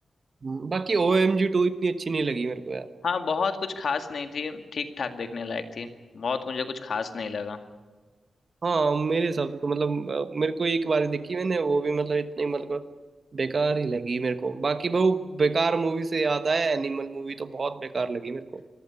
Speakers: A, on the right; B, on the left.
A: हम्म। बाकी ओ एम जी टू इतनी अच्छी नहीं लगी मेरे को यार
B: हाँ बहुत कुछ खास नहीं थी ठीक ठाक देखने लायक थी बहुत मुझे कुछ खास नहीं लगा
A: हाँ मेरे हिसाब से तो मतलब अ, मेरे को एक बार ही देखी मैंने वो भी मतलब इतनी मतलब बेकार ही लगी मेरे को बाकी वो बेकार मूवी से याद आया एनिमल मूवी तो बहुत बेकार लगी मेरे को